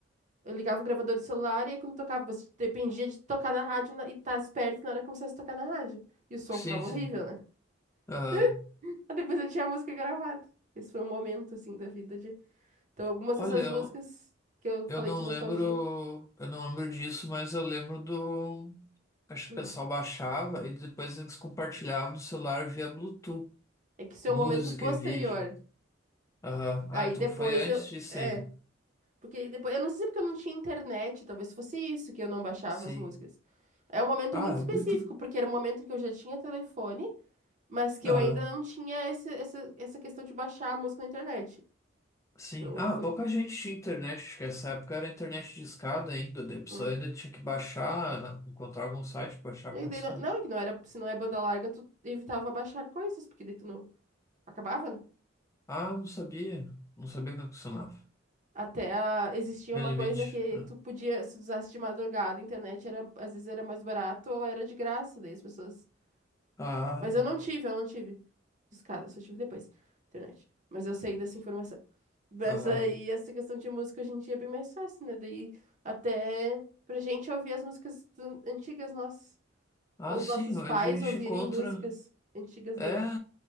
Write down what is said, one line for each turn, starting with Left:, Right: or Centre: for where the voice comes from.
Right: eu ligava o gravador do celular e aí quando tocava, mas dependia de tocar na rádio na- e estar esperto na hora que começasse a tocar na rádio. E o som
Left: sim,
Right: ficava
Left: sim.
Right: horrível, né?
Left: Ah,
Right: <laughs> Aí depois eu tinha a música gravada. Esse foi um momento, assim, da vida de... Então, algumas
Left: olha,
Right: dessas
Left: eu,
Right: músicas que eu falei
Left: eu não
Right: de nostalgia.
Left: lembro, eu não lembro disso, mas eu lembro do, acho que
Right: Hum.
Left: o pessoal baixava e depois eles compartilhavam no celular via Bluetooth,
Right: É que isso
Left: música
Right: é um momento posterior.
Left: e vídeo. Aham.
Right: Aí
Left: Ah, então
Right: depois
Left: foi antes
Right: eu...
Left: disso
Right: É.
Left: ainda.
Right: Porque depois, eu não sei se é porque eu não tinha internet, talvez fosse isso que eu não baixava
Left: Sim.
Right: as músicas. É um momento
Left: Ah,
Right: muito específico,
Left: é muito.
Right: porque era um momento em que eu já tinha telefone, mas que
Left: Aham.
Right: eu ainda não tinha esse, essa, essa questão de baixar a música na internet.
Left: Sim.
Right: Então
Left: Ah,
Right: eu foi.
Left: pouca gente tinha internet, acho que essa época era internet de escada ainda, daí a pessoa
Right: Hum.
Left: ainda tinha que baixar, encontrar algum site para baixar
Right: E
Left: música,
Right: daí não, não,
Left: né?
Right: é que não era, se não é banda larga, tu evitava baixar coisas, porque daí tu não acabava, né?
Left: Ah, não sabia, não sabia que funcionava.
Right: Até a- existia
Left: Realmente.
Right: uma coisa que tu podia, se usasse de madrugada, a internet era, às vezes era mais barato ou era de graça, daí as pessoas.
Left: Ah,
Right: Mas eu não tive, eu não tive. Discada, só tive depois. Internet. Mas eu saí dessa informação. Mas
Left: aham.
Right: aí, essa questão de música hoje em dia é bem mais fácil, né? Daí, até pra gente ouvir as músicas do- antigas nossas.
Left: Ah,
Right: Ou
Left: sim,
Right: nossos
Left: hoje
Right: pais
Left: a gente
Right: ouvirem
Left: encontra.
Right: músicas antigas
Left: É,
Right: deles.